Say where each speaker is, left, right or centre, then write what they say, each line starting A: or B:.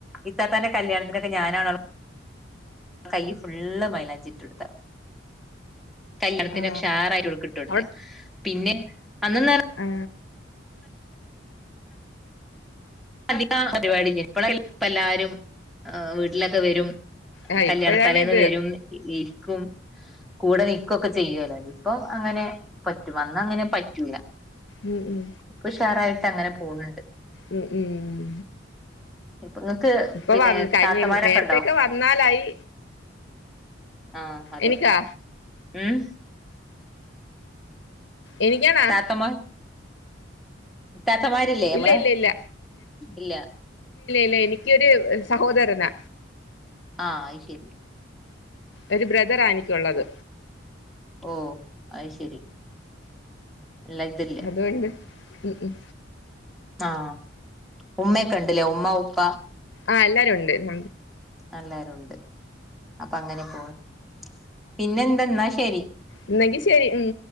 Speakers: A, in the centre; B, on the left.
A: ഇത്താത്താന്റെ കല്ല്യാണത്തിനൊക്കെ ഞാനാണോൾ കയ്യ് ഫുള്ള് മൈലാഞ്ചി ഇട്ടൊടുത്ത കല്ല്യാണത്തിന്
B: ആ
A: ഉഷാറായിട്ട് ഓൾക്ക് ഇട്ടൊട്ത്തീന്ന്
B: അവിടെ
A: പിന്നെ അന്ന്ന്നാൽ
B: ആ
A: അതികാ ആ പരിപാടി ഇല്ല്യായ്ന്നു ഇപ്പള ഇപ്പ എല്ലാരും വീട്ടിലൊക്കെ വരും
B: ആ
A: കല്ല്യാണത്തലേന്ന്
B: ഇപ്പോഴാണ് ഇത്
A: വരും ഇര്ക്കും കൂടെ നിക്കൊക്കെ ചെയ്യോലൊ ഇപ്പൊ അങ്ങനെ പറ്റും അന്നങ്ങനെ പറ്റൂല
B: ഉം ഉം
A: ഇപ്പൊഷാറായിട്ട് ട്ടങ്ങനെ പോൺണ്ട്
B: ഉം ഉം
A: ഇപ്പൊ ഇങ്ങക്ക്
B: ഇപ്പൊ
A: പിന്നെ
B: വ കഴിഞ്ഞ
A: താത്തമാരൊക്കെ
B: നേരത്തേക്കെ
A: ഉണ്ടോ
B: വന്നാലായി
A: ആഹ് അതെ
B: എനിക്കാ
A: ഉം
B: എനിക്കാണാ
A: താത്തമാർ താത്തമാരില്ലേ നമ്മളെ
B: ഇല്ല ഇല്ല ഇല്ല
A: ഇല്ല
B: ല്ല എനിക്കൊരു സഹോദരനാ
A: ആ അയ്ശരി
B: ഒരു ബ്രദർ ആ എനിക്കുള്ളത്
A: ഓ ആയി ശരി എല്ലാ ഇതില്ല
B: അതുകൊണ്ട് ഉം ഉം
A: ആഹ് ഉമ്മയൊക്കെ ഉണ്ടല്ലേ ഉമ്മ ഉപ്പ
B: ആ എല്ലാരും ഉണ്ട് ഉം
A: എല്ലരും ഉണ്ട് അപ്പൊ അങ്ങനെ പോണ് പിന്നെന്താ എന്നാ ശരി
B: എന്നകി ശെരി ഉം